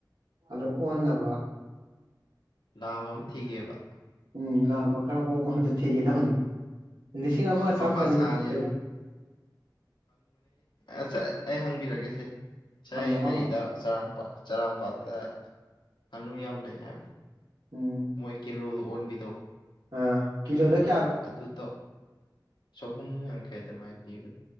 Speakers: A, on the right; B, on the left.
A: ꯍꯜꯂꯣ ꯑꯣꯟꯅꯕ
B: ꯂꯥꯕ ꯑꯃ ꯊꯤꯒꯦꯕ
A: ꯎꯝ ꯂꯥꯛꯑꯕ ꯈꯔ ꯍꯣꯡꯕꯝꯗ ꯊꯤꯒꯦ ꯇꯕꯅꯤ ꯂꯤꯁꯤꯡ ꯑꯃ ꯆꯥꯝꯃ
B: ꯃꯄꯥ
A: ꯆꯅꯤꯗꯔ
B: ꯁꯥꯅꯤ ꯑ ꯑꯩ ꯍꯪꯕꯤꯔꯒꯦ ꯁꯦ ꯁ
A: ꯍꯪꯉꯛꯑꯣ
B: ꯀꯔꯤꯗ
A: ꯍꯪꯉꯛꯑꯣ
B: ꯁꯔ ꯆꯔꯥꯄꯥꯥꯠꯇ ꯉꯥꯅꯨ ꯌꯥꯝ ꯂꯩ ꯍꯥꯏꯕꯅꯤ
A: ꯎꯝ
B: ꯃꯣꯏ ꯀꯩꯅꯣ ꯑ ꯑꯣꯟꯕꯤ ꯇꯧ
A: ꯑꯥ ꯀꯤꯂꯣꯗ
B: ꯑꯗꯣ
A: ꯀꯌꯥ
B: ꯑ ꯑꯗꯨ ꯑꯗꯨ ꯇꯣ ꯆꯍꯨꯝ ꯌꯥꯡꯈꯩꯗ ꯃꯥꯏ ꯄꯤꯕ